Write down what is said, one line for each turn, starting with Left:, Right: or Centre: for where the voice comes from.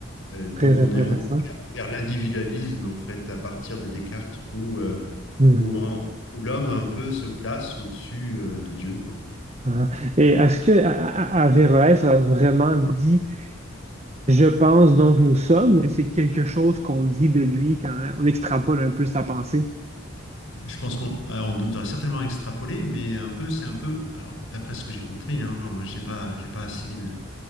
Left: euh, donc
Right: très intéressant.
Left: on est, on est vers vers l'individualisme, en fait, à partir de Descartes, où, euh,
Right: Hmm.
Left: où, en- où l'homme un peu se place au-dessus euh, de Dieu, quoi.
Right: Ah. Et est-ce que A- A- Averroès a vraiment dit je pense donc nous sommes ou c'est quelque chose qu'on dit de lui quand on extrapole un peu sa pensée?
Left: Je pense qu'on on doit certainement extrapoler, mais un peu, c'est un peu. Alors, d'après ce que j'ai compris, hein, moi, j'ai pas, j'ai pas assez de,